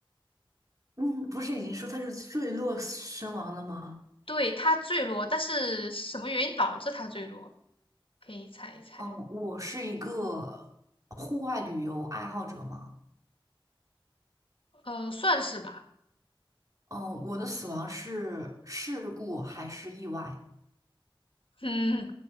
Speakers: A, on the right; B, on the left.
A: <laughs> 嗯，不是已经说他是坠落身亡的吗？
B: 对，他坠落，但是什么原因导致他坠落？可以猜一猜，
A: 嗯，我是一个户外旅游爱好者嘛。
B: 呃，算是吧，
A: 嗯，我的死亡是事故还是意外？
B: 嗯，